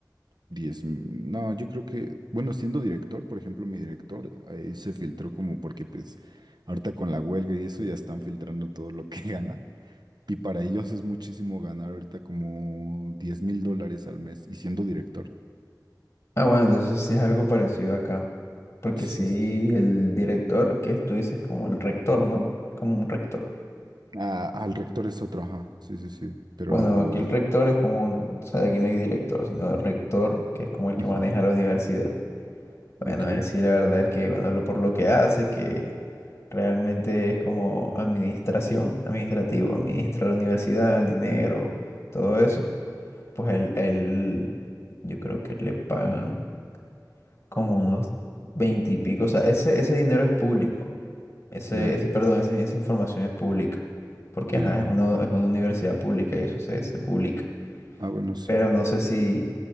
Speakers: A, on the right; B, on the left.
A: 10 no, yo creo que, bueno, siendo director, por ejemplo, mi director, ahí se filtró como porque pues ahorita con la huelga y eso ya están filtrando todo lo que <laughs> gana. Y para ellos es muchísimo ganar ahorita como diez mil dólares al mes y siendo director.
B: Ah, bueno, entonces sí es algo parecido acá. Porque
A: Sí,
B: sí,
A: sí. sí.
B: el director, que tú dices como el rector, ¿no? Como un rector.
A: Ah, al rector es otro, ajá. Sí, sí, sí. Pero,
B: Bueno, aquí el rector es como un, o sea, aquí no hay director, sino el rector, que es como el
A: ujú,
B: que maneja la universidad. Bueno,
A: ok,
B: él sí, la verdad es que, bueno, lo- por lo que hace, que realmente es como administración, administrativo, administra la universidad, el dinero, todo eso. Pues él, él, yo creo que le pagan como unos veinte y pico. o sea, ese, ese dinero es público, ese,
A: ya,
B: ese, perdón, esa, esa información es pública, porque
A: ya,
B: ajá,
A: ya.
B: es
A: ya.
B: una, es una universidad pública y eso se, se publica.
A: Ah, bueno, sí.
B: Pero no sé si,